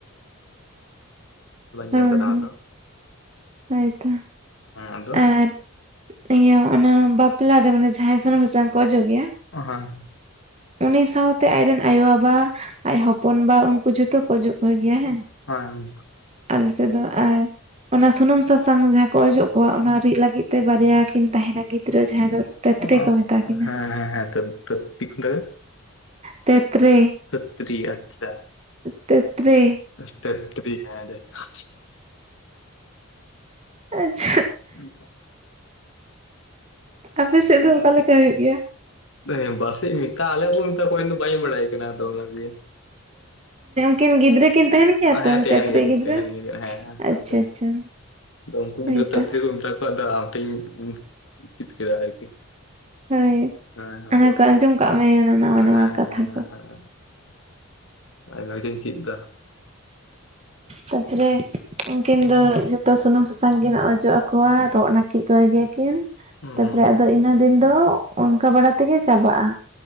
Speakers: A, on the right (about 30°); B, on the left (about 60°).
A: ᱦᱳᱭ
B: ᱧᱮᱞ ᱟᱠᱟᱫᱟ
A: ᱦᱳᱭ
B: ᱫᱚ
A: ᱦᱳᱭᱛᱚ
B: ᱟᱫᱚ
A: ᱟᱨ ᱤᱭᱟᱹ ᱚᱱᱟ ᱵᱟᱯᱞᱟ ᱨᱮ ᱢᱟᱱᱮ ᱡᱟᱦᱟᱸᱭ ᱥᱩᱱᱩᱢ ᱥᱟᱥᱟᱝ ᱠᱚ ᱚᱡᱚᱜ ᱜᱮᱭᱟ
B: ᱚ ᱦ <unintelligible>
A: ᱩᱱᱤ ᱥᱟᱶᱛᱮ ᱟᱡ ᱨᱮᱱ ᱟᱭᱳ ᱵᱟᱵᱟ ᱟᱡ ᱦᱚᱯᱚᱱ ᱵᱟ ᱩᱱᱠᱩ ᱡᱷᱚᱛᱚ ᱠᱚ ᱚᱡᱚᱜ ᱠᱚ ᱜᱮᱭᱟ ᱦᱮᱸ
B: ᱦᱮᱸ
A: ᱟᱞᱮ ᱥᱮᱫ ᱫᱚ ᱟᱨ ᱚᱱᱟ ᱥᱩᱱᱩᱢ ᱥᱟᱥᱟᱝ ᱡᱟᱦᱟᱸ ᱠᱚ ᱚᱡᱚᱜ ᱠᱚᱣᱟ ᱚᱱᱟ ᱨᱤᱫ ᱞᱟᱹᱜᱤᱫ ᱛᱮ ᱵᱟᱨᱭᱟ ᱠᱤᱱ ᱛᱟᱦᱮᱱᱟ ᱜᱤᱫᱽᱨᱟᱹ ᱡᱟᱦᱟᱸᱭ ᱫᱚ ᱛᱮᱛᱨᱮ
B: ᱚ
A: ᱠᱚ ᱢᱮᱛᱟ ᱠᱤᱱᱟ
B: ᱦᱮᱸ ᱦᱮᱸ ᱦᱮᱸᱤᱠ ᱛᱮ <unintelligible>
A: ᱛᱮᱛ ᱨᱮ
B: ᱛᱷᱟᱹᱛ ᱛᱤᱨᱤ ᱟᱪᱪᱷᱟ
A: ᱛᱮᱛ ᱛᱤᱨᱤ
B: <unintelligible>
A: ᱟᱪᱪᱷᱟ
B: ᱦ <unintelligible>
A: ᱟᱯᱮ ᱥᱮᱫ ᱫᱚ ᱚᱠᱟ ᱞᱮᱠᱟ ᱦᱩᱭᱩᱜ ᱜᱮᱭᱟ?
B: ᱦᱮ ᱵᱟᱥᱮᱧ ᱢᱮᱛᱟᱜ ᱟᱞᱮ ᱠᱚ ᱢᱮᱭ ᱫᱚ ᱵᱟᱧ ᱵᱟᱲᱟᱭ ᱠᱟᱱᱟ ᱟᱫᱚ ᱚᱱᱟᱜᱮ
A: ᱤᱱ ᱜᱤᱫᱽᱨᱟᱹ ᱠᱤᱱ ᱛᱟᱦᱮᱱ ᱜᱮᱭᱟ ᱛᱚ
B: ᱦᱮᱸ ᱯᱮᱦᱟᱱ
A: ᱛᱮᱛᱨᱮ
B: ᱜᱮ
A: ᱜᱤᱫᱽᱨᱟᱹ
B: ᱛᱟᱦᱮᱱ ᱜᱮᱭᱟ ᱠᱱᱤ ᱦᱮᱸ
A: ᱟᱪᱪᱷᱟ
B: ᱟᱫᱚ
A: ᱟᱪᱪᱷᱟ
B: ᱩᱱᱠᱩ
A: ᱦᱳᱭᱛᱚ
B: ᱜᱤᱫᱽᱨᱟᱹ ᱛᱟᱛᱷᱮ ᱛᱟᱛᱷᱮ ᱢᱮᱛᱟ ᱠᱚᱣᱟ ᱟᱫᱚ ᱟᱢ ᱴᱷᱮᱱ ᱤᱧ ᱪᱮᱫ ᱠᱮᱫᱟ ᱟᱨᱠᱤ
A: ᱦᱳᱭ
B: ᱦᱮᱸ
A: ᱚᱱᱟ
B: ᱟᱫᱚ
A: ᱠᱚ ᱟᱸᱡᱚᱢ ᱠᱟᱜ ᱢᱮ ᱱᱟᱣᱟ ᱱᱟᱣᱟ
B: ᱦᱮᱸ
A: ᱠᱟᱛᱷᱟ
B: ᱦᱮᱸ
A: ᱠᱚ
B: ᱦᱮᱸ ᱟᱭᱢᱟ ᱜᱮᱧ ᱪᱮᱫ ᱮᱫᱟ <unintelligible>
A: ᱛᱟᱯᱚᱨᱮ ᱩᱱᱠᱤᱱ ᱫᱚ ᱡᱷᱚᱛᱚ ᱥᱩᱱᱩᱢ ᱥᱟᱥᱟᱝ ᱠᱤᱱ ᱚᱡᱚᱜ ᱟᱠᱚᱣᱟ ᱨᱚᱜ ᱱᱟᱹᱠᱤᱡ ᱠᱚ ᱜᱮᱭᱟᱠᱤᱱ
B: ᱦᱩᱸ
A: ᱛᱟᱯᱚᱨᱮ ᱟᱫᱚ ᱤᱱᱟᱹ ᱫᱤᱱ ᱫᱚ ᱚᱱᱠᱟ ᱵᱟᱲᱟ ᱛᱮᱜᱮ ᱪᱟᱵᱟᱜ-ᱟ᱾